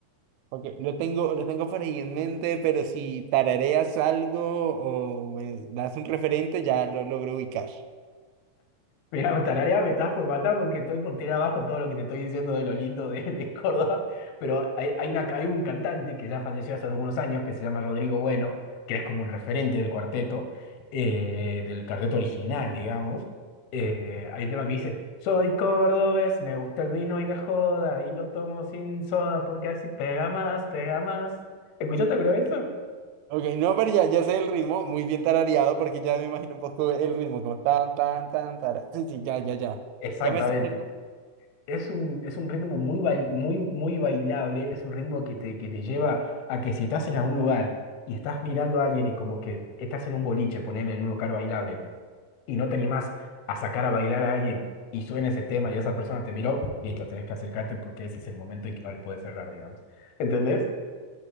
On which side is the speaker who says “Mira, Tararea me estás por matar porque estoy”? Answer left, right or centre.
Left